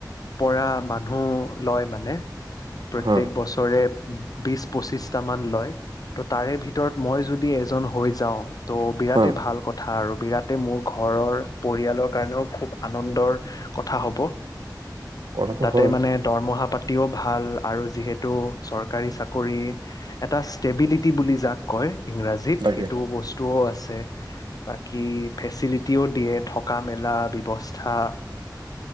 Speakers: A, on the left (about 55°); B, on the right (about 80°).
A: পৰা মানুহ লয় মানে প্ৰত্যেক
B: হা
A: বছৰে বিছ পঁচিছটামান লয় ত' তাৰে ভিতৰত ভিতৰত মই যদি এজন হৈ যাওঁ ত' বিৰাটেই
B: হা
A: ভাল কথা আৰু বিৰাটেই মোৰ ঘৰৰ পৰিয়ালৰ কাৰণেও খুব আনন্দৰ কথা হ'ব
B: কথাটো
A: তাতে
B: হয়
A: মানে দৰমহা পাতিও ভাল আৰু যিহেতু চৰকাৰী চাকৰি এটা ষ্টেবিলিটি বুলি যাক কয় ইংৰাজীত
B: তাকে
A: সেইটো বস্তু আছে বাকী ফেচিলিটিও দিয়ে থকা মেলা ব্যৱস্থা